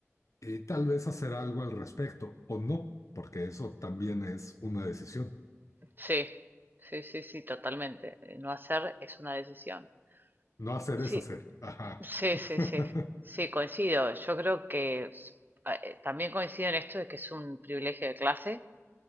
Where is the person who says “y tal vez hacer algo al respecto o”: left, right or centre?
Left